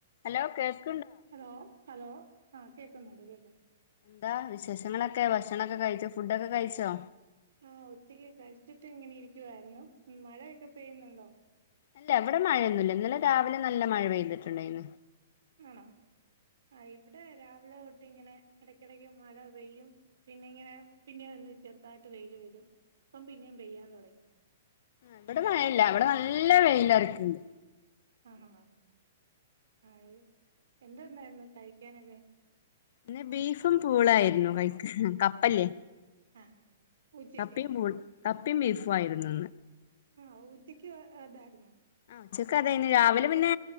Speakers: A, on the left; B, on the right.
A: ഹലോ കേൾക്ക-
B: ഹലോ ഹലോ ആഹ കേക്കുന്നുണ്ട് കേൾക്കുന്നുണ്ട്
A: എന്താ - വിശേഷങ്ങളൊക്കെ ഭക്ഷണം ഒക്കെ കഴിച്ചോ ഫുഡൊക്കെ കഴിച്ചോ
B: ആഹ ഉച്ചക്ക് കഴിച്ചിട്ട് ഇങ്ങനെ ഇരിക്കുവായിരുന്നു മഴയൊക്കെ പെയ്യുന്നുണ്ടോ
A: അല്ല അവിടെ മഴയൊന്നും ഇല്ല ഇന്നലെ രാവിലെ നല്ല മഴ പെയ്തിട്ടുണ്ടായിന്ന്
B: ആണോ ആ ഇവിടെ രാവിലെ തൊട്ട് ഇങ്ങനെ ഇടക്കിടെക്ക് മഴ പെയ്യും പിന്നെ ഇങ്ങനെ പിന്നെ ഒന്നും ചെറുതായിട്ട് വെയിൽ വരും അപ്പം പിന്നേും പെയ്യാൻ തുടങ്ങി
A: ഇവിടെ മഴയില്ല ഇവിടെ നല്ല വെയിലറക്കണ്ട്
B: ആഹഹാ ആ എന്തെന്നായിരുന്നു കഴിക്കാനൊക്കെ
A: പിന്നെ ബീഫും പൂളായിരുന്നു കഴ- കപ്പല്ലേ
B: ആ ഉച്ചക്ക്
A: കപ്പയും പൂളയും കപ്പയും ബീഫും ആയിരുന്നു
B: ആഹ ഉച്ചയ്ക്ക് അതായായിരിന്നു
A: ആ ഉച്ചക്ക് അതെന്നെ രാവിലെ പിന്നെ